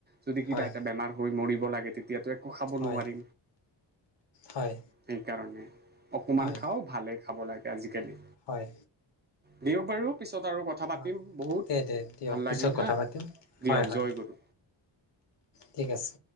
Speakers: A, on the right; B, on the left.
A: যদি কিবা
B: হয়
A: এটা বেমাৰ হৈ মৰি লাগে তেতিয়াতো খাব
B: হয়
A: নোৱাৰি
B: হয়
A: স কাৰণে অকণমান
B: হয়
A: খাওঁ ভালে খাব লাগে আজিকালি।
B: হয়।
A: বিও বাৰও পিছত আৰু কথা পাতিম
B: অ
A: বহুত
B: দে দে দিয়ক
A: ভাল
B: পিছত
A: লাগিল
B: কথা
A: হা
B: পাতিম হয়
A: দিয়ক
B: হয়
A: জয় গুৰু
B: ঠিক আছে